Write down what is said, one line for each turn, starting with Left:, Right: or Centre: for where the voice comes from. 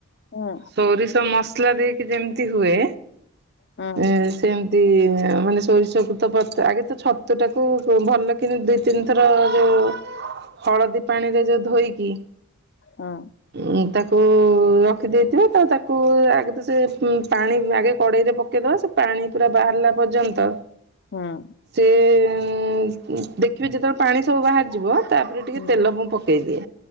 Left: ହୁଁ
Right: ସୋରିଷ ମସଲା ଦେଇକି ଯେମିତି ହୁଏ।
Left: ହୁଁ
Right: ଏଁ, ସେମ ତି ଆ, ମାନେ ସୋରିଷ କୁ ତ ପଥ ଆଗେ ତ ଛତୁ ଟାକୁ କୁ ଭଲ କିନି ଧୋଇ ତିନିଥର ଯୋଉ ହଳଦୀ ପାଣିରେ ଯେ ଧୋଇକି
Left: ହଁ।
Right: ଉଁ, ତାକୁ ରଖିଦେଇଥିବା ତ ତାକୁ ଆଗେ ତ ସେ ଉଁ, ପାଣି ଆଗେ କଡେଇରେ ପ କେଇଦବା ସେ ପାଣି ପୁରା ବାହାରିଲା ପର୍ଯ୍ୟନ୍ତ
Left: ହଁ।
Right: ସେ ଉଁ, ଉଁ, ଦେଖିବେ ଯେତେବେଳେ ପାଣି ସବୁ ବାହାରିଯିବ ତାପରେ ଟିକେ
Left: ହୁଁ
Right: ତେଲ ମୁଁ ପକେଇଦିଏ।